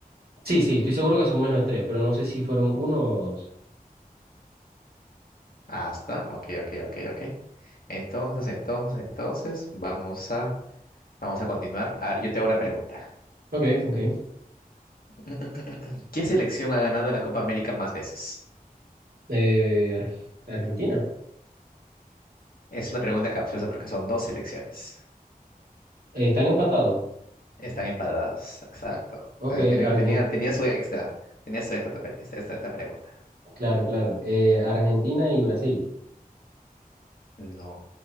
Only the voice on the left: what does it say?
Hasta, ok, ok, ok, ok. Entonces, entonces, entonces, vamos a, vamos a continuar. A ver, yo te hago una pregunta.
<clears throat> ¿Qué selección ha ganado la Copa América más veces?
Es una pregunta capciosa porque son dos selecciones.
Están empatados, exacto.
Eh, Tenía,
tenía, tenía su extra. Tenía su extra esta, esta, esta- esta pregunta.
No.